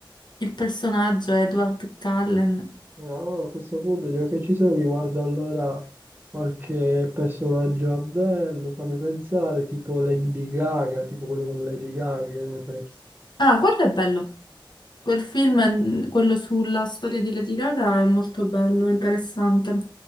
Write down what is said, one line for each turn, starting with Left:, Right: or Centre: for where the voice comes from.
Left: il personaggio Edward Cullen.
Right: Eh, allora, a questo punto, già che ci siamo, mi guardo allora qualche personaggio a bello, fammi pensare, tipo Lady Gaga, tipo quello con Lady Gaga, che ne pensi?
Left: Ah, quello è bello. Quel film, quello sulla storia di Lady Gaga, è molto bello, interessante.